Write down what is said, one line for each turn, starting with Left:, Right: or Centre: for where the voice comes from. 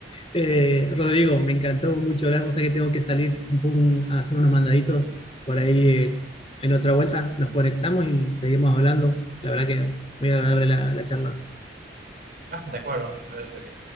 Left: Eh, Rodrigo, me encantó mucho hablar, cosa que tengo que salir un poco a hacer unos mandaditos por ahí eh, en otra vuelta. Nos conectamos y seguimos hablando. La verdad que muy agradable la la charla.
Right: Ah, de acuerdo, me parece bien.